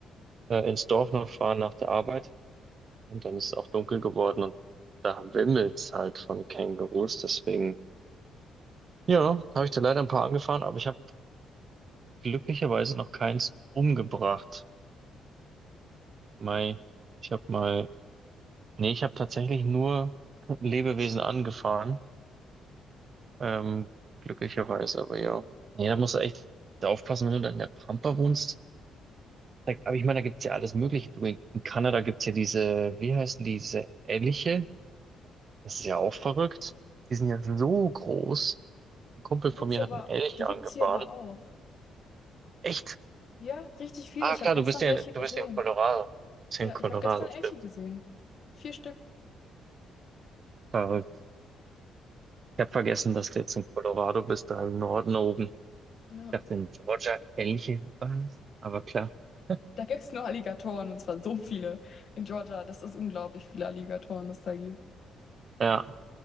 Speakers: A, on the right; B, on the left.
A: äh, ins Dorf noch fahren nach der Arbeit und dann ist es auch dunkel geworden und da wimmelt's halt von Kängurus, deswegen ja, habe ich da leider ein paar angefahren, aber ich habe glücklicherweise noch keins umgebracht. Mei, ich habe mal, nee, ich habe tatsächlich nur Lebewesen angefahren, ähm, glücklicherweise, aber ja. Nee, da musst du echt aufpassen, wenn du dann in der Pampa wohnst. Da, aber ich meine, da gibt's ja alles Mögliche. Du, in in Kanada gibt's ja diese, wie heißen die, diese Elche? Das ist ja auch verrückt. Die sind ja so groß. Ein Kumpel
B: Die
A: von
B: gibt's
A: mir
B: aber,
A: hat einen Elch
B: die gibt's
A: angefahren.
B: hier aber auch.
A: Echt?
B: Ja, richtig viele.
A: Ah,
B: Ich
A: klar,
B: habe gestern
A: du bist ja,
B: welche
A: in-
B: gesehen.
A: du bist ja in Colorado. Du bist ja
B: Ja,
A: in Colorado,
B: ich habe gestern Elche
A: stimmt.
B: gesehen. Vier Stück.
A: Verrückt. Ich habe vergessen, dass du jetzt in Colorado bist, da im Norden oben. Ich
B: Ja.
A: dachte, in Georgia ähnliche was, aber klar. <laughs>
B: Da gibt's nur Alligatoren und zwar so viele in Georgia. Das ist unglaublich viele Alligatoren, das da gibt.
A: Ja,